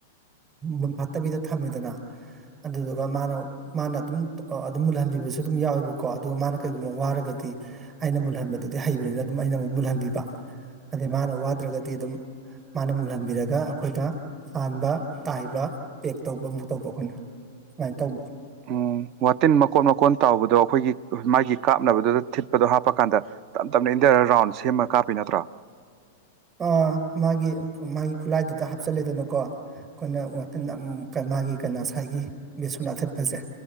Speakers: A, on the right; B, on the right.
A: ꯃꯨꯟꯐꯥꯠꯇꯕꯤꯗ ꯊꯝꯃꯦꯗꯅ ꯑꯗꯨꯗꯨꯒ ꯃꯥꯅ ꯃꯥꯅ ꯑꯗꯨꯝ ꯑ ꯑꯗꯨꯝ ꯃꯨꯠꯍꯟꯕꯤꯕꯁꯨ ꯑꯗꯨꯝ ꯌꯥꯎꯋꯦꯕꯀꯣ ꯑꯗꯨꯒ ꯃꯥꯅ ꯀꯩꯒꯨꯝꯕ ꯋꯥꯔꯒꯗꯤ ꯑꯩꯅ ꯃꯨꯜꯍꯟꯕꯗꯨꯗꯤ ꯍꯩꯕꯅꯤꯅ ꯑꯗꯨꯝ ꯑꯩꯅ ꯑꯃꯨꯛ ꯃꯨꯜꯍꯟꯕꯤꯕ ꯑꯗꯩ ꯃꯥꯅ ꯋꯥꯗ꯭ꯔꯒꯗꯤ ꯑꯗꯨꯝ ꯃꯥꯅ ꯃꯨꯜꯍꯟꯕꯤꯔꯒ ꯑꯩꯈꯣꯏꯗ ꯍꯥꯟꯕ ꯇꯥꯏꯕ ꯄꯦꯛ ꯇꯧꯕ ꯑꯃꯨꯛ ꯇꯧꯕ ꯑꯩꯈꯣꯏꯅ ꯁꯨꯃꯥꯏ ꯇꯧꯕ
B: ꯎꯝ ꯋꯥꯇꯤꯟ ꯃꯀꯣꯟ ꯃꯀꯣꯟ ꯇꯥꯎꯕꯗꯣ ꯑꯩꯈꯣꯏꯒꯤ ꯃꯥꯒꯤ ꯀꯥꯞꯅꯕꯗꯨꯗ ꯊꯤꯠꯄꯗꯣ ꯍꯥꯞꯄ ꯀꯥꯟꯗ ꯇꯞ ꯇꯞꯅ ꯏꯟꯙꯔꯥ ꯔꯥꯎꯟ ꯁꯦꯝꯃ ꯀꯥꯞꯄꯤ ꯅꯠꯇ꯭ꯔꯣ
A: ꯑꯥ ꯃꯥꯒꯤ ꯃꯥꯒꯤ ꯈꯨꯠꯂꯥꯏꯗꯨꯗ ꯍꯥꯞꯆꯤꯜꯂꯦꯗꯅꯀꯣ ꯑꯩꯈꯣꯏꯅ ꯋꯥꯇꯤꯟꯗ ꯎꯝ ꯀ ꯃꯥꯒꯤ ꯀꯩꯅꯣ ꯉꯁꯥꯏꯒꯤ ꯕꯦꯁꯣꯟ ꯑꯊꯤꯠꯄꯖꯦ